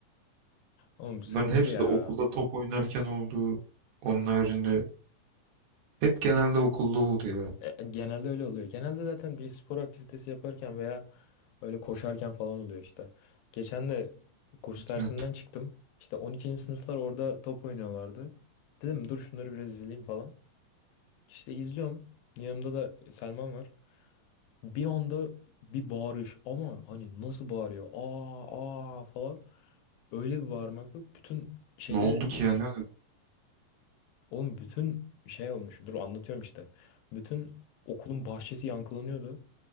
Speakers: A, on the left; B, on the right.
A: Oğlum sıkıntı
B: Bunların hepsi
A: ya.
B: de okulda top oynarken oldu. Onun haricinde hep genelde okulda oldu ya.
A: E, genelde öyle oluyor. Genelde zaten bir spor aktivitesi yaparken veya öyle koşarken falan oluyor işte. Geçen de kurs dersinden
B: Evet.
A: çıktım. İşte 12. sınıflar orada top oynuyorlardı. Dedim dur şunları biraz izleyeyim falan. İşte izliyorum. Yanımda da Selman var. Bir anda bir bağırış ama hani nasıl bağırıyor? Aa aa falan. Öyle bir bağırmak yok. Bütün şeyde
B: Ne oldu ki yani?
A: oğlum bütün şey olmuş. Dur anlatıyorum işte. Bütün okulun bahçesi yankılanıyordu.